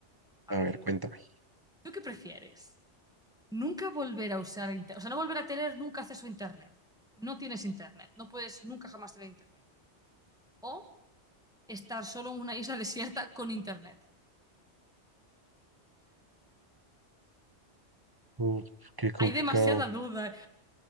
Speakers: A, in the centre; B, on the right.
A: A
B: A
A: ver,
B: ver, cuéntame.
A: ¿tú qué prefieres? Nunca volver a usar internet. O sea, no volver a tener nunca acceso a internet. No tienes internet. No puedes nunca jamás tener internet. O estar solo en una isla <laughs> desierta con internet.
B: Uf, qué complicado.
A: Hay demasiada duda.